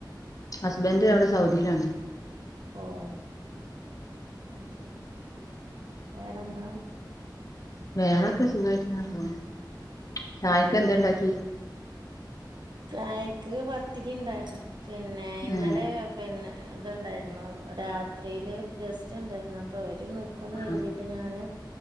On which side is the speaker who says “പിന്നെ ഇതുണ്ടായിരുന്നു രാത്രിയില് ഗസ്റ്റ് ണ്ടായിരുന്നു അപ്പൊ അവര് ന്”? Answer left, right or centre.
Right